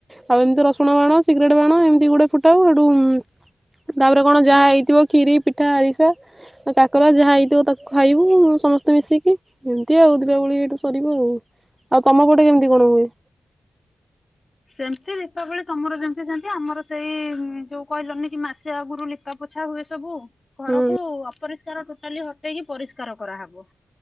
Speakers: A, on the right; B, on the left.
A: ଆଉ ଏମିତି ରସୁଣ ବାଣ, ସିଗରେଟ ବାଣ, ଏମିତି ଗୋଟେ ଫୁଟାଉ ହେଟୁ ଉଁ ତାପରେ କଣ ଯାହା ହେଇଥିବ ଖୀରି ପିଠା ଆରିସା। ଆଉ କାକରା ଯାହା ହେଇଥିବ ତାକୁ ଖାଇବୁ ସମସ୍ତେ ମିଶିକି ଏମିତି ଆଉ ଦୀପାବଳି ଏଇଠୁ ସରିବ ଆଉ ଆଉ ତମ ପଟେ କେମିତି କଣ ହୁଏ?
B: ସେମିତି ଦୀପାବଳି ତମର ଯେମିତି ସେମିତି ଆମର ସେଇ ଯୋଉ କହିଲନି କି ମାସେ ଆଗରୁ ଲିପା ପୋଛା ହୁଏ ସବୁ ଘରକୁ
A: ହୁଁ
B: ଅପରିଷ୍କାର ଟୋଟାଲି ହଟେଇକି ପରିଷ୍କାର କରାହବ।